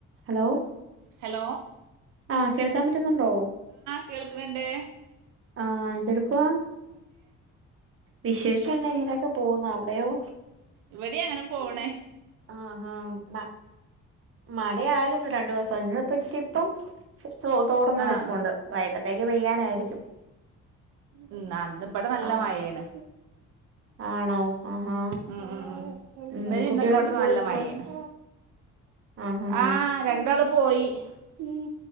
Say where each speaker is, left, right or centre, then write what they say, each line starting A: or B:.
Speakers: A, on the right; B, on the right.
A: Hello
B: hello
A: ആഹ് കേൾക്കാൻ പറ്റുന്നുണ്ടോ
B: കേൾക്ക്ണുണ്ട്
A: ആഹ് എന്തെടുക്കുവാ വിശേഷം ഇങ്ങനെയൊക്കെ പോകുന്നു അവിടെയോ
B: ഇവിടെയങ്ങനെ പോവ്ണ്
A: ആഹാ മ മഴയായിരുന്നു രണ്ടുദിവസം ഇന്ന് പ്പ ഇച്ചിരിപ്പം തോർന്ന്
B: ആഹ് ആഹ്
A: നിപ്പുണ്ട് വൈകട്ടത്തേക്ക് പെയ്യാനായിരിക്കും
B: ഉം അന്നാ ഇബടെ നല്ല
A: ആഹ്
B: മഴയാണ്
A: ആണോ ആഹാ
B: ഉം ഉം
A: ഉം
B: ഇന്നലെ
A: കുട്ടികളൊക്കെ
B: ഇന്നൊക്കെ ഇവിടെ
A: സ്കൂള്ക്ക്
B: നല്ല മഴയാണ്
A: പോ ആ-ഹ-ഹാ
B: ആഹ് പോയി ഉം